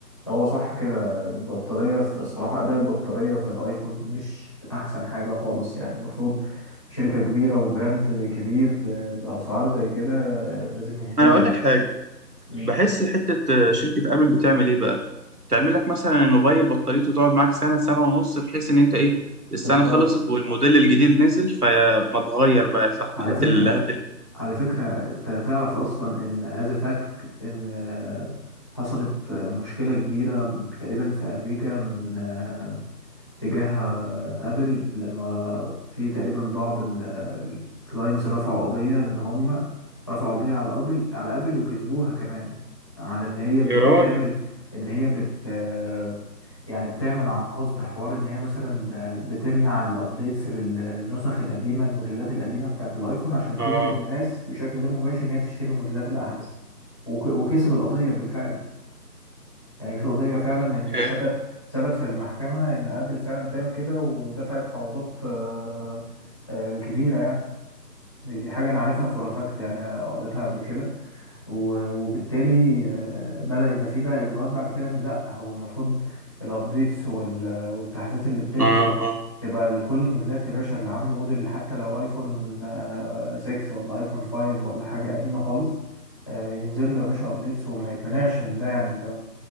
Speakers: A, on the left (about 20°); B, on the right (about 65°).
A: هو صح كده البطارية في الصراحة أداء البطارية في الأيفون مش أحسن حاجة خالص يعني المفروض شركة كبيرة وبراند كبير ب- بأسعار زي كده آه، لازم يهتم
B: انا اقول لك حاجه
A: مم.
B: بحس حته آه، شركه ابل بتعمل ايه بقى تعمل لك مثلا الموبايل بطاريته تقعد معاك سنه سنه ونص بحيث ان انت ايه السنه
A: تتطور
B: خلصت والموديل الجديد نزل فما تغير بقى يا صاحبي
A: على
B: هات
A: فكرة
B: ال- هات
A: على فكرة أنت تعرف أصلا إن از فاكت إن آه، حصلت آه، مشكلة كبيرة تقريبا في أمريكا من آه، تجاه ابل لما في تقريبا بعض الكلاينتس رفعوا قضية ان هم رفعوا قضية على ابل على ابل وكسبوها كمان على ان هي بتعمل
B: يا راجل
A: ان هي بت آه، يعني بتعمل عن قصد حوار ان هي مثلا آه، بتمنع الابديتس للنسخ القديمة الموديلات القديمة بتاعت الايفون عشان تجبر
B: اه
A: الناس بشكل غير مباشر ان هي تشتري الموديلات الاحدث وك- وكسب القضية بالفعل يعني في قضية فعلا إن
B: إيه؟
A: ثبت ثبت في المحكمة إن آبل فعلا بتعمل كده ودفعت تعويضات آه، آه، كبيرة يعني دي دي حاجة أنا عارفها فور فاكت يعني آه، قريتها قبل كده و- وبالتالي آه، بدأ يبقى فيه بقى إجراءات بعد كده إن لأ هو المفروض الأبديتس وال- والتحديثات اللي بتنزل
B: اه اه
A: تبقى لكل الموديلات يا باشا اللي عنده موديل حتى لو ايفون آه، 6 ولا ايفون 5 ولا حاجة قديمة خالص آه، ينزل له يا باشا ابديتس وما يتمنعش من ده يعني انت